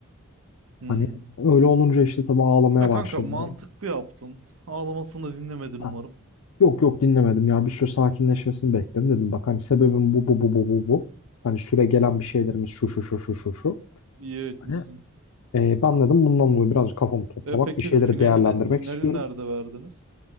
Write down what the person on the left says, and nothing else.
Hani öyle olunca işte tabii ağlamaya
başladı.
Ha, yok yok dinlemedim ya bir süre sakinleşmesini bekledim dedim. Bak hani sebebim bu bu bu bu bu bu. Hani süre gelen bir şeylerimiz şu şu şu şu şu şu.
Hani e, ben dedim bundan dolayı biraz kafamı toplamak
bir şeyleri
değerlendirmek
istiyorum.